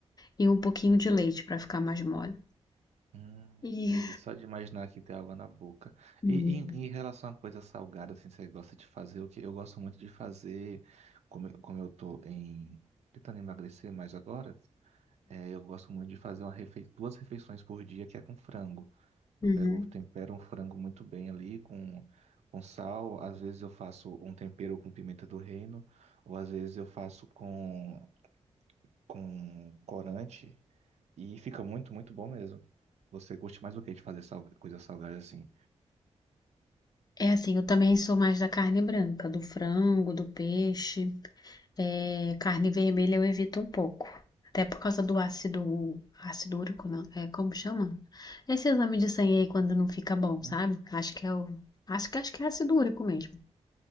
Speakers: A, on the left; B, on the right.
A: e um pouquinho de leite pra ficar mais mole.
B: hum,
A: E.
B: delícia. Só de imaginar que tem água na boca.
A: Uhum.
B: E, e em em relação a coisa salgada, assim, você gosta de fazer o que eu gosto muito de fazer, como, eu- como eu tô em tentando emagrecer mais agora, é, eu gosto muito de fazer uma refe- duas refeições por dia que é com frango. Eu
A: Uhum.
B: pego, tempero um frango muito bem ali com, com sal. Às vezes eu faço um tempero com pimenta do reino, ou às vezes eu faço com, com corante. E fica muito, muito bom mesmo. Você curte mais o que de fazer salga- coisa salgada assim?
A: É assim, eu também sou mais da carne branca, do frango, do peixe. É, carne vermelha eu evito um pouco. Até por causa do ácido, ácido úrico, não, é como chama? Esse exame de sangue aí quando não fica bom,
B: Uhum.
A: sabe? Acho que é o, acho que acho que é ácido úrico mesmo.